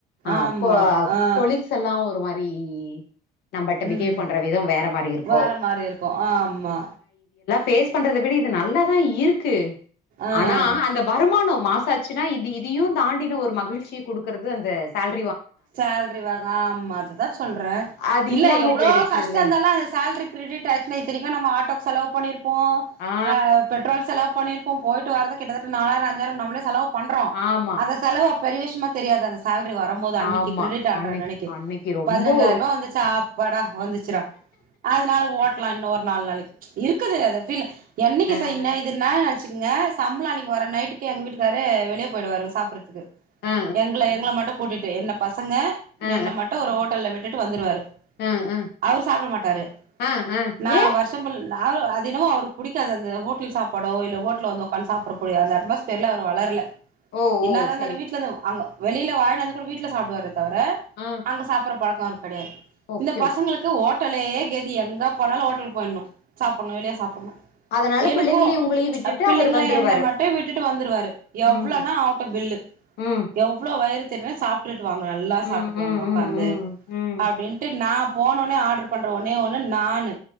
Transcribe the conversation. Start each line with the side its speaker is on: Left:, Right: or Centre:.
Left: ஆ
Right: ஆமா
Left: கொ
Right: ஆ
Left: கொலிக்ஷசல்லா ஒரு மாறி ரிஇஇஇ நம்பள்ட்ட
Right: ம்
Left: பிகேவ் பண்ற விதோ வேற மாறி இருக்கோ
Right: வேற மாரி இருக்கும் ஆமா
Left: பேஸ் பண்றத விட இது நல்லா தா இருக்கு
Right: ஆ
Left: ஆனா அந்த வருமான மாசாச்சின்னா இது இதையு தாண்டின ஒரு மகிழ்ச்சிய குடுக்கறது அந்த சால்
Right: சேலரி வாங்க ஆமா அதுதா சொல்ற
Left: அது
Right: இல்ல
Left: இல்லாம
Right: எவ்ளோ
Left: போயிடுச்சுல்ல
Right: கஷ் <unintelligible> அந்த சேலரி கெரிடிட் ஆச்சு திருப்பியு நம்ம ஆட்டோக்கு செலவு பண்ண போ
Left: ஆ
Right: அ அவ் பெட்ரோல் செலவு பண்ணிருப்போ போயிட்டு வறதுகிட்டத்தட்ட நாலாயிரோ அஞ்சாயிரோ முன்னோ நம்மளே செலவு பண்றோ
Left: ஆமா
Right: அது செலவு அப் பெரிய விஷ்யமா தெரியாது அந்த சேலரி வருபோது அன்னிக்
Left: ஆமா
Right: கிரிடிட் ஆன்ற
Left: அன்னைக்
Right: நனைக்கு
Left: அன்னைக்கு ரொம்போ
Right: பதினஞ்சாய் ரூபா வந்துச்சா அப்பாடா வந்திச்சிடா அதனால ஓட்டலா இன்னு ஒரு நாலு நாளைக்கு இருக்குது அத பீல என்னைக்கு செய்ன
Left: அ
Right: இதுனா அசி ங்க சம்பளணிக்கு வர நைட்டுக்கு எங்க வீட்டுக்காரு தே வெளியே போயிடுவாரு சாப்றதுக்கு
Left: அ அ
Right: எங்கள எங்கள மட்டு கூட்டிட்டு என்னப் பசங்க
Left: அ அ
Right: என்ன மட்டு ஒரு ஹோட்டல்ல விட்டுட்டு வந்துருவாரு
Left: அ அ
Right: அவரு சாப்ட மாட்டாரு
Left: அ அ
Right: நா
Left: ஏ
Right: வர்சம்பள் நா அது என்னமோ அவரு புடிக்காது அந்த ஹோட்டல் சாப்பாடோ இல்ல ஹோட்டல் வந்து உக்காந் சாப்டகூடிய அட்மாஸ்பியர்ல அவர் வளர்ல
Left: ஓ
Right: என்னாதா
Left: ஓ
Right: இருந்தாலு
Left: செரி
Right: வீட்ல இருந்தோ அங்கோ வெளியில வாயின்டு வந்து கூட வீட்ல சாப்பிடுவாரே தவிர
Left: ஆ
Right: அங்க சாப்ற பழக் கெடையாது
Left: ஓகே
Right: இந்த பசங்களுக்கு
Left: ஓகே
Right: ஹோட்டலே கெதி எங்க போனாலு ஹோட்டலுக்கு போய்டுனு சாப்பன்னு வெளிய சாப்பன்னு
Left: அதனால
Right: எனக்கு
Left: பிள்ளைங்களையு உங்களையு விட்டுட்டு
Right: பிள்ளைங்கள
Left: அவரு வந்துருவாரு
Right: என்ன மட்டு விட்டுட்டு வந்துருவாரு எவ்ளோனா
Left: ம்
Right: ஆவட்டு பில்லு
Left: ம்
Right: எவ்ளோ வயிறு சாப்டுட்டு வாங்க நல்லா சாப்டுட்டு
Left: ம்
Right: வாங்க
Left: ம்
Right: உக்காந்து
Left: ம் ம் ம்
Right: அப்டின்ட்டு நா போனோனே ஆர்டர் பண்ற ஒன்னே ஒண்ணு நான்னு